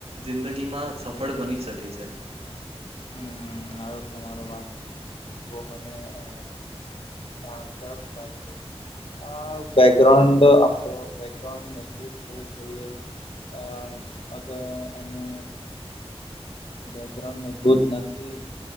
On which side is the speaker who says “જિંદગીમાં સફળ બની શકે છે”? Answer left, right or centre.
Right